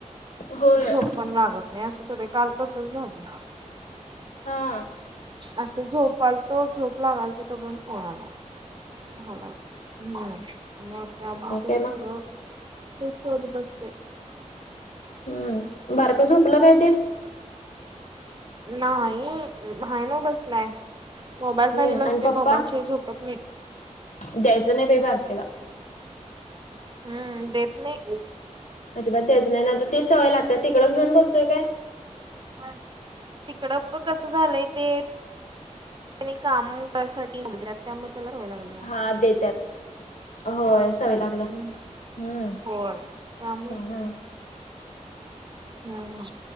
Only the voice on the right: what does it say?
झोप पण लागत नाही असं सोडी काल तसच झालं
अस झोपाल तो झोप लागाल ती, तो पर्यंत फोन आला. हम्म.. मग त्यामुळे
सगळं
एक पोळी बसते.
नाही हाय नव्हं बसलाय, मोबाईल
पाहिजेल असतोय
मोबाईल शिवाय झोपत नाही.
हम्म देत नाही.
हं.. तिकडं कसं झालंय ते. त्यांने कामसाठी होत्या त्यामध्ये. त्याला
<unintelligible>
होय. त्यामुळंच
की, हम्म.